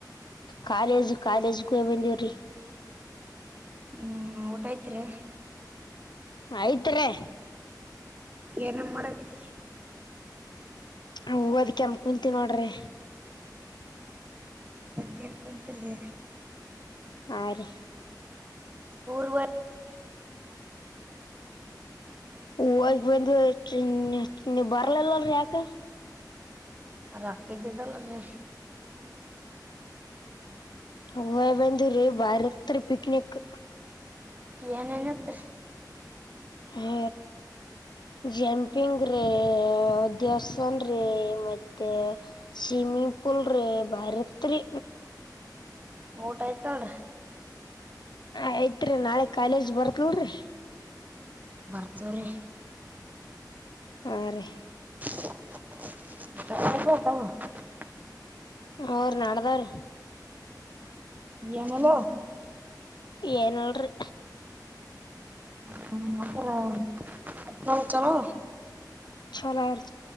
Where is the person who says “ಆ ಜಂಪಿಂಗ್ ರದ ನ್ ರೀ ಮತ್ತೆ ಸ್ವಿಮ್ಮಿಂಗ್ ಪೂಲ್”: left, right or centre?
Left